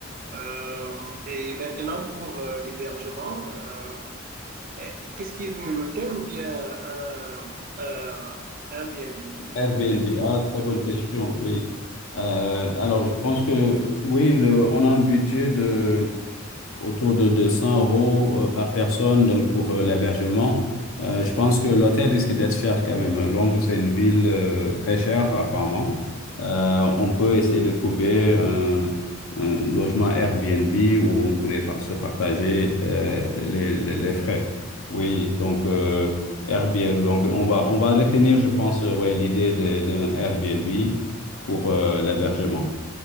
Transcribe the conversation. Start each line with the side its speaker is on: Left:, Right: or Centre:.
Right: Euh, et maintenant, pour euh, l'hébergement, euh, eh, qu'est-ce qui est mieux, l'hôtel ou bien euh, euh, un Airbnb?
Left: Airbnb, ah, très bonne question, oui. Euh, alors, je pense que, oui, le, on a un budget de, autour de 200 euros euh, par personne, donc pour euh, l'hébergement. Euh, je pense que l'hôtel risque d'être cher quand même. Londres, c'est une ville euh, très chère, apparemment. Euh, on peut essayer de trouver un, un logement Airbnb où on pourrait par- se partager euh, les, les- les frais. Oui, donc euh, Airbnb, donc on va, on va retenir, je pense, euh, ouais, l'idée de- d'un Airbnb pour euh, l'hébergement.